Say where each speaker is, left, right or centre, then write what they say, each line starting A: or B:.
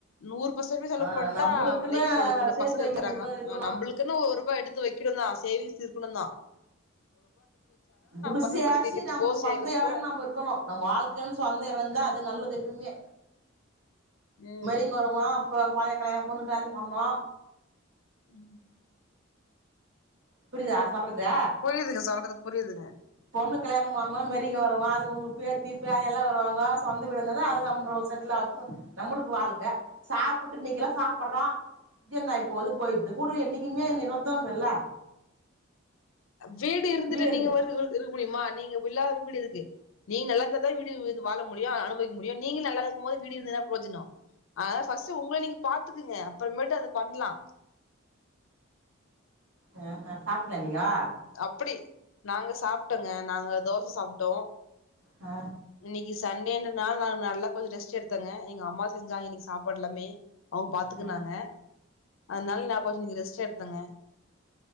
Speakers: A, on the left (about 75°); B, on the right (about 80°).
A: நூறு பர்சன்ட்டுமே செலவ்
B: ஆ
A: பண்ட்டா
B: நம்மளுக்குன்னு
A: லைப் இருக்கு
B: சேர்த்து
A: பசங்க
B: வைக்க
A: இருக்கறாங்க
B: நம்மளுக்குன்னு இருக்கணு
A: அ நம்ளுக் குன்னு ஒருபா எடுத்து வெக்கணும் தா சேவிங்ஸ் இருக்கணும் தா
B: குடிசையாச்சு
A: பசங்க படிக்க வைக்கிறதுக்கோ
B: நம்ம சொந்த
A: சேக்கறதுக்கோ
B: இடம்னு நம்ப இருக்கணு நம்ம வாழ்க்கைன்னு சொந்த எடந்தா அது நல்லது எப்பைமே
A: ம்
B: வரிங்க வருமா இப்ப கோழக்கலையா எம் பொண்ணுக் கல்யாணம் பண்ணோ
A: ம்
B: புரியுதா சொல்றது
A: புரியுதுங்க சொல்றது புரியுதுங்க
B: பொண்ணுக்கு கல்யாணம் பண்ணோ மேரிக்க வருவோ அதுக்கு உங்க பேத்தி பேர எல்லா வருவாங்க சொந்த வீடு இருந்தாத அதுலப் <unintelligible> எல்லாக்கு நம்பளுக்கு வாழ்க்கை சாப்பிட்டு இன்னிகல்லா சாப்பட்றோ இது என்ன இப்போது போயிடுது ஊடு என்னைக்குமே நிரந்தரோமில்ல
A: ஜீடு இருந்துட்டு
B: வீடுன்றது
A: நீங்க வரு சொல்ட்டு இருக்க முடியுமா நீங்க இல்லாத வீடு எதுக்கு நீங்க நல்லா இருந்தாதா வீடு வந்து வாழ முடியு அனுபவிக்க முடியு நீங்க நல்லா இல்லாத போது வீடு இருந்தா புரோஜினோ அதனால பர்ஸ்ட் உங்கள நீங்க பாத்துக்குங்க அப்புறமேட்டு அத பண்ணலா
B: ஆ ஆ சாப்டீங்ளா நீங்கோ
A: அப்புடி நாங்க சாப்டோங்க நாங்க தோச சாப்டோ
B: ஆ
A: இன்னைக்கி சண்டேன்றது நாள நா நல்லா கொஞ்சோ ரெஸ்ட் எடுத்தங்க எங்க அம்மா செஞ்சாங்க இன்னைக்கு சாப்பாடு எல்லாமே அங்க பாத்துக்குனாங்க
B: ஆ
A: அதனால நா கொஞ்சோ இன்னிக் ரெஸ்ட் எடுத்தங்க